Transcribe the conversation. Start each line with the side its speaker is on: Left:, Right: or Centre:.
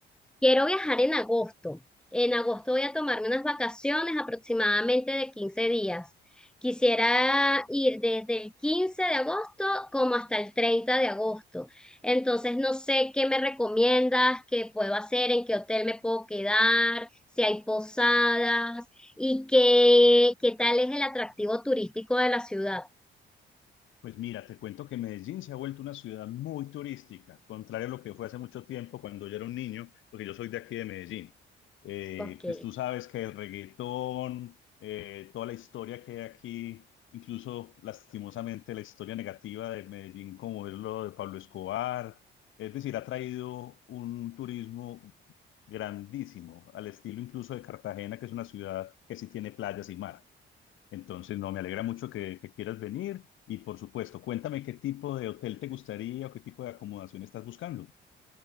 Centre: Quiero viajar en agosto. En agosto voy a tomarme unas vacaciones aproximadamente de 15 días. Quisiera ir desde el 15 de agosto como hasta el 30 de agosto. Entonces no sé qué me recomiendas, qué puedo hacer, en qué hotel me puedo quedar, si hay posadas y qué, qué tal es el atractivo turístico de la ciudad.
Left: Pues mira, te cuento que Medellín se ha vuelto una ciudad muy turística, contrario a lo que fue hace mucho tiempo cuando yo era un niño, porque yo soy de aquí de Medellín. Eh,
Centre: Ok.
Left: pues tú sabes que el reggaetón, eh, toda la historia que hay aquí, incluso lastimosamente la historia negativa de Medellín, como es lo de Pablo Escobar, es decir, ha traído un turismo grandísimo, al estilo incluso de Cartagena, que es una ciudad que sí tiene playas y mar. Entonces, no, me alegra mucho que, que quieras venir y por supuesto, cuéntame qué tipo de hotel te gustaría o qué tipo de acomodación estás buscando.